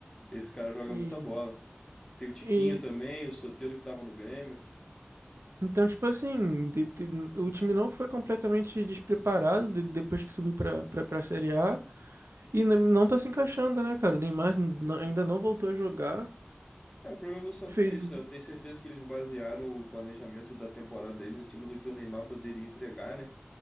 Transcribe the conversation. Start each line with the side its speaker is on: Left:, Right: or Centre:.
Left: Esse cara joga
Right: E
Left: muita bola. Tem o Tiquinho
Right: E,
Left: também, o Soteldo que tava no Grêmio.
Right: então, tipo assim, de- de- o time não foi completamente despreparado de- depois que subiu pra, pra, pra Série A e n- não tá se encaixando, né, cara? O Neymar n- ainda não voltou a jogar.
Left: É, o problema do Santos
Right: Fez.
Left: é isso, né? Eu tenho certeza que eles basearam o planejamento da temporada deles em cima do que o Neymar poderia entregar, né?